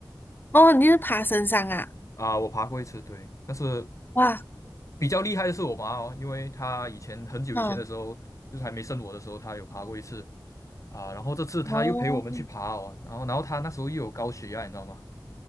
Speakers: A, on the left (about 25°); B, on the left (about 40°).
A: 哦，你是爬神山啊？
B: <laughs> 啊，我爬过一次，对，但是
A: 哇，
B: 比较厉害的是我妈哦，因为她以前很久以前的时候，
A: 嗯，
B: 就是还没生我的时候，她有爬过一次。啊，然后这次他又陪我们去爬哦，
A: 哦，
B: 然后然后他那时候又有高血压，你知道吗？